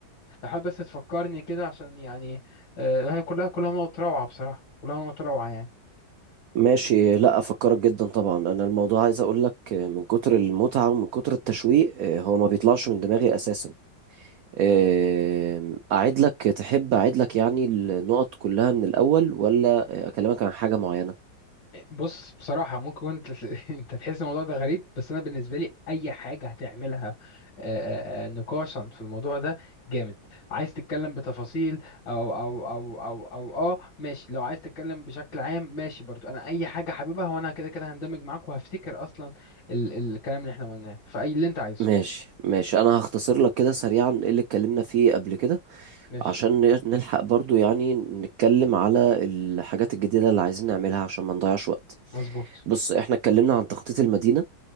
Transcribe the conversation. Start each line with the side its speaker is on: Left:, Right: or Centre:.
Left: لو حابب بس تفكرني كده عشان يعني آه، هي كلها كلها نقط روعة بصراحة كلها نقط روعة يعني
Right: ماشي لا افكرك جدا طبعا انا الموضوع عايز اقول لك آه، من كتر المتعه ومن كتر التشويق آه، هو ما بيطلعش من دماغي اساسا آه، اعيد لك تحب اعيد لك يعني النقط كلها من الاول ولا اكلمك عن حاجه معينه
Left: بص بصراحة ممكن انت <laughs> انت تحس الموضوع ده غريب بس انا بالنسبة لي اي حاجة هتعملها آه، آه، آه، نقاشا في الموضوع ده جامد عايز تتكلم بتفاصيل او او او او او اه ماشي لو عايز تتكلم بشكل عام ماشي برضو انا اي حاجة حاببها وانا كده كده هندمج معاك وهفتكر اصلا ال ال- الكلام اللي احنا قلناه فاي اللي انت عايزه
Right: ماشي ماشي انا هختصر لك كده سريعا ايه اللي اتكلمنا فيه قبل كده
Left: ماشي
Right: عشان ن- نلحق برضو يعني نتكلم على الحاجات الجديده اللي عايزين نعملها عشان ما نضيعش وقت
Left: مظبوط
Right: بص احنا اتكلمنا عن تخطيط المدينه